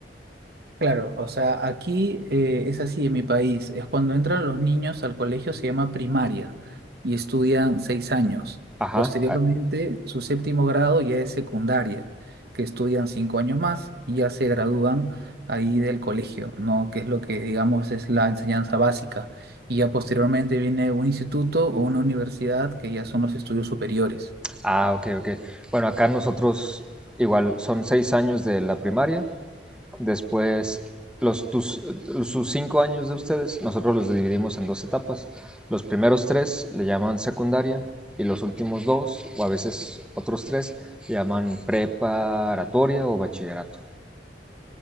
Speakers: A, on the right (about 60°); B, in the centre.
A: Claro, o sea, aquí eh, es así en mi país, es cuando entran los niños al colegio se llama primaria y estudian seis años.
B: Ajá,
A: Posteriormente, su séptimo grado ya es secundaria, que estudian cinco años más y ya se gradúan ahí del colegio, ¿no? Que es lo que digamos es la enseñanza básica. Y ya posteriormente viene un instituto o una universidad que ya son los estudios superiores.
B: Ah, ok, ok. Bueno, acá nosotros igual son seis años de la primaria, después los, tus- sus cinco años de ustedes, nosotros los dividimos en dos etapas. Los primeros tres le llaman secundaria y los últimos dos, o a veces otros tres, le llaman preparatoria o bachillerato.